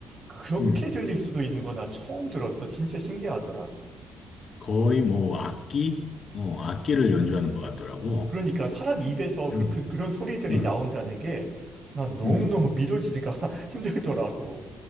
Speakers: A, on the right; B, on the left.
A: 그렇게
B: 음,
A: 들릴 수도 있는 거나 처음 들었어. 진짜 신기하더라.
B: 거의 뭐 악기, 어, 악기를 연주하는 것 같더라고.
A: 그러니까 사람 입에서 그,
B: 음,
A: 그, 그런 소리들이
B: 음,
A: 나온다는 게, 난 너무너무
B: 음.
A: 믿어지지가 <laughs> 힘들더라고.